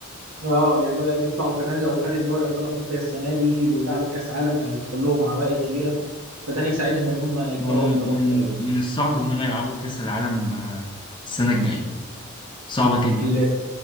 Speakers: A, on the right; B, on the left.
A: اه يعني بدأت تطلع وكمان لو خدت دوري أبطال أفريقيا السنة دي ولعبت كأس عالم هيدخل لهم عوائد كبيرة فده هيساعدهم إن هم يكبروا
B: هم
A: أكتر
B: من
A: وأكتر يعني
B: من الصعب إن هم يلعبوا كأس العالم آه، السنة الجاية صعبة جدا
A: ال-